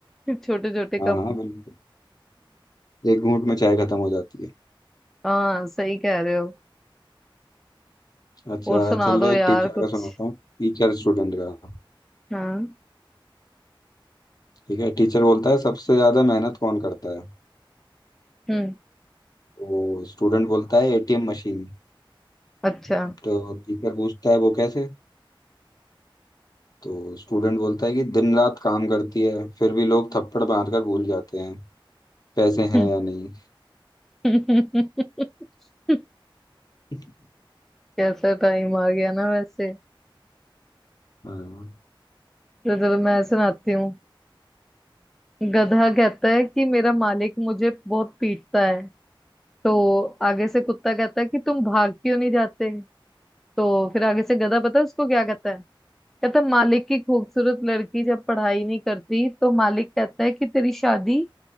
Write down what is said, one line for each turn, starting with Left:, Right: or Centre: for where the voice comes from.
Centre: <laughs> छोटे छोटे कप
Left: हाँ हाँ बिल्कुल एक घूंट में चाय खत्म हो जाती है
Centre: हाँ सही कह रहे हो
Left: अच्छा
Centre: और सुना
Left: चलो
Centre: दो यार
Left: एक टीचर
Centre: कुछ
Left: का सुनाता हूँ टीचर स्टूडेंट का
Centre: हाँ
Left: ठीक है टीचर बोलता है सबसे ज्यादा मेहनत कौन करता है
Centre: हम्म
Left: तो स्टूडेंट बोलता है एटीएम मशीन
Centre: अच्छा
Left: तो टीचर पूछता है वो कैसे तो स्टूडेंट बोलता है कि दिन रात काम करती है फिर भी लोग थप्पड़ मारकर भूल जाते हैं पैसे
Centre: हम्म।
Left: हैं या नहीं
Centre: <laughs>
Left: <laughs>
Centre: कैसा टाइम आ गया ना वैसे
Left: हाँ
Centre: तो चलो मैं सुनाती हूँ गधा कहता है कि मेरा मालिक मुझे बहुत पीटता है तो आगे से कुत्ता कहता है कि तुम भाग क्यों नहीं जाते तो फिर आगे से गधा पता है उसको क्या कहता है कहता है मालिक की खूबसूरत लड़की जब पढ़ाई नहीं करती तो मालिक कहता है कि तेरी शादी